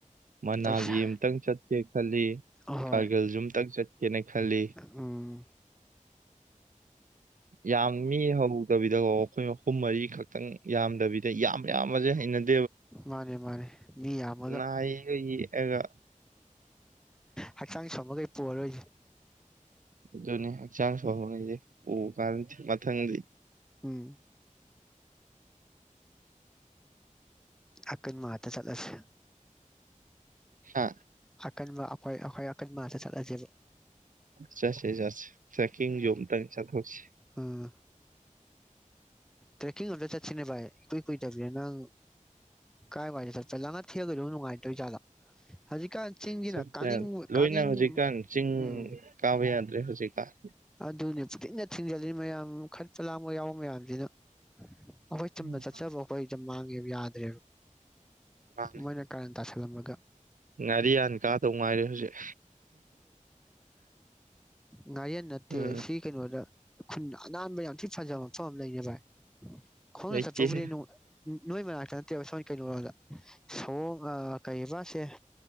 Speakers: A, on the right; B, in the centre.
A: ꯃꯅꯥꯂꯤ
B: ꯄꯩꯁꯥ
A: ꯑꯃꯇꯪ ꯆꯠꯀꯦ ꯈꯜꯂꯤ
B: ꯍꯣꯏ
A: ꯀꯥꯔꯒꯜꯁꯨ ꯑꯝꯇꯪ ꯆꯠ ꯀꯦꯅ ꯈꯜꯂꯤ
B: ꯎꯝ
A: ꯌꯥꯝ ꯃꯤ ꯍꯧꯗꯕꯤꯗꯀꯣ ꯑꯩꯈꯣꯏ ꯑꯍꯨꯝ ꯃꯔꯤ ꯈꯛꯇꯪ ꯌꯥꯝꯗꯕꯤꯗ ꯌꯥꯝ ꯌꯥꯝꯕꯁꯦ ꯍꯩꯅꯗꯦ
B: ꯃꯥꯅꯦ ꯃꯥꯅꯦ ꯃꯤ ꯌꯥꯝꯃꯒ
A: ꯅꯥꯏꯒ ꯌꯦꯛꯑꯒ
B: ꯍꯛꯆꯥꯡ ꯁꯣꯟꯕꯒꯩ ꯄꯨꯔꯔꯣꯏꯁꯦ
A: ꯑꯗꯨꯅꯦ ꯍꯛꯆꯥꯡ ꯁꯣꯟꯕ ꯒꯩꯁꯦ ꯑꯣ ꯃꯊꯪꯗꯤ
B: ꯎꯝ ꯑꯀꯟꯕ ꯉꯥꯛꯇ ꯆꯠꯂꯁꯦ
A: ꯍꯥ
B: ꯑꯀꯟꯕ ꯑꯩꯈꯣꯏ ꯑꯩꯈꯣꯏ ꯑꯀꯟꯕ ꯉꯥꯛꯇ ꯆꯠꯂꯁꯦꯕ
A: ꯆꯠꯁ ꯆꯠꯁꯦ ꯆꯠꯁꯦ ꯇ꯭ꯔꯦꯀꯤꯡꯁꯨ ꯑꯝꯇꯪ ꯆꯠꯊꯣꯛꯁꯤ
B: ꯎꯝ ꯇ꯭ꯔꯦꯛꯀꯤꯡ ꯑꯝꯇ ꯆꯠꯁꯤꯅꯦ ꯚꯥꯏ ꯏꯀꯨꯏ ꯀꯨꯏꯗꯕꯤꯗ ꯅꯪ ꯀꯥꯏ ꯋꯥꯏꯗ ꯆꯠꯄ ꯅꯨꯡꯉꯥꯏꯗꯣꯏꯖꯥꯠꯂꯣ ꯍꯧꯖꯤꯛꯀꯥꯟ ꯆꯤꯡꯁꯤꯅ
A: ꯆꯠꯄ
B: ꯀꯥꯅꯤꯡꯕꯣꯏ
A: ꯂꯣꯏꯅ
B: ꯀꯥꯅꯤꯡ
A: ꯍꯧꯖꯤꯛꯀꯥꯟ ꯆꯤꯡ
B: ꯎꯝ
A: ꯀꯥꯕ ꯌꯥꯗ꯭ꯔꯦ ꯍꯧꯖꯤꯛꯀꯥꯟ
B: ꯑꯗꯨꯅꯤ ꯄꯨꯡꯊꯤꯡꯗ ꯊꯤꯡꯖꯜ ꯃꯌꯥꯝ ꯈꯠꯄ ꯂꯥꯡꯕ ꯌꯥꯎ ꯃꯌꯥꯝꯁꯤꯅ ꯑꯩꯈꯣꯏ ꯆꯨꯝꯅ
A: ꯎꯝ
B: ꯆꯠꯆꯕ ꯑꯩꯈꯣꯏ ꯃꯥꯥꯡꯒꯦꯕ ꯌꯥ ꯗ꯭ꯔꯦꯕ
A: ꯃꯥꯅꯦ
B: ꯃꯣꯏꯅ ꯀꯥꯔꯟ ꯇꯥꯁꯟ <unintelligible>
A: ꯉꯥꯔꯤꯌꯥꯟ ꯀꯥꯗꯧ ꯉꯥꯏꯔꯦ ꯍꯧꯖꯤꯛ
B: ꯉꯥꯌꯦꯟ ꯅꯠꯇꯦ
A: ꯎꯝ
B: ꯁꯤ ꯀꯩꯅꯣꯗ ꯈꯨꯟ ꯑꯅꯥꯟꯕ ꯌꯥꯝ ꯊꯤꯅ ꯐꯖꯕ ꯃꯐꯝ ꯂꯩꯅꯦ ꯚꯥꯏ ꯈꯣꯡꯅ
A: ꯂꯩꯇꯦꯍꯦ
B: ꯆꯠꯄ ꯕꯨꯗꯤ ꯅꯨꯡ- ꯑ- ꯅꯣꯏ ꯃꯅꯥꯛꯇ ꯁꯣꯝ ꯀꯩꯅꯣ ꯔꯣꯝꯗ ꯁꯑꯣꯡ ꯑ- ꯀꯩꯑꯕꯁꯦ